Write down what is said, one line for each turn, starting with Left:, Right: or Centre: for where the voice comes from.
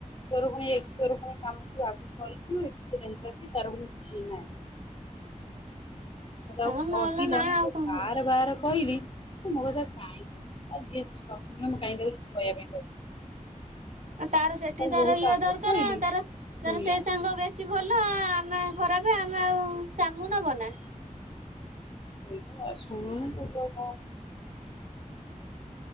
Left: ତୋର ପୁଣି ତୋର ପୁଣି କାମ ଆଗରୁ କରିଚୁ ଏକ୍ସପିରିନ୍ସ ଅଛି ତାର ପୁଣି କିଛି ନାହିଁ। ମୁ ତାକୁ
Right: ହଁ ନହେଲେ
Left: କହିଲା
Right: ନାଇଁ
Left: ମୁଁ
Right: ଆଉ କଣ
Left: ବାର
Right: କରିବ
Left: ବାର କହିଲି ସେ ମୋ କଥା କାହିଁକି ଯିଏ ନ ଶୁଣିବ ମୁଁ କାହିଁ ତାକୁ ଯିବି କହିବା ପାଇଁ କହିଲୁ।
Right: ତାର ସେଠି
Left: ତାକୁ
Right: ତାର
Left: ବହୁତ
Right: ଇଏ
Left: ଆଗରୁ
Right: ଦରକାର
Left: କହିଲି।
Right: ତାର
Left: ଶୁଣିଲାନି
Right: ତାର ସେ ସାଙ୍ଗ ବେ କିଛି ଭଲ ଆମେ ଖରାପ ଆମେ ଆଉ ସେ ଆମକୁ ନବନା।
Left: ସେଇଟା ଆଉ ଶୁଣୁନୁ ଆଉ ତାକୁ କଣ